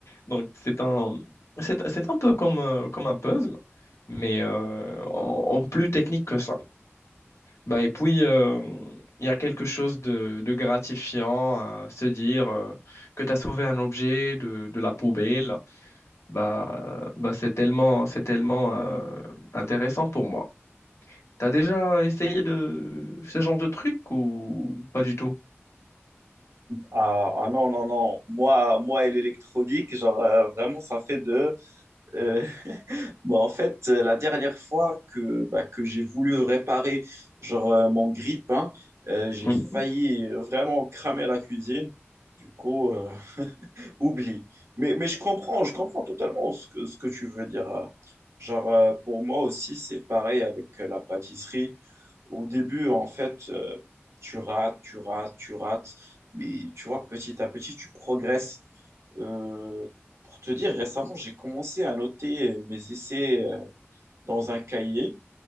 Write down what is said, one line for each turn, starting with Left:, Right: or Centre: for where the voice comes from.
Left: Donc, c'est un, c'est, c'est un peu comme, un- comme un puzzle, mais euh, en, en plus technique que ça. Bah, et puis, euh, il y a quelque chose de, de gratifiant à se dire euh, que tu as sauvé un objet de, de la poubelle. Bah, euh, bah, c'est tellement, c'est tellement euh, intéressant pour moi. T'as déjà essayé de ce genre de truc ou pas du tout?
Right: Ah, ah non, non, non. Moi, moi et l'électronique, genre, euh, vraiment, ça fait de... euh, <laughs> bah, en fait, euh, la dernière fois que, bah, que j'ai voulu réparer genre, euh, mon grille-pain, euh, j'ai
Left: Mhm.
Right: failli euh, vraiment cramer la cuisine. Du coup, euh, oublie. Mais, mais je comprends, je comprends totalement ce que, ce que tu veux dire. euh. Genre, euh, pour moi aussi, c'est pareil avec euh, la pâtisserie. Au début, en fait, euh, tu rates, tu rates, tu rates. Mais tu vois, petit à petit, tu progresses. Euh, pour te dire, récemment, j'ai commencé à noter mes essais euh, dans un cahier.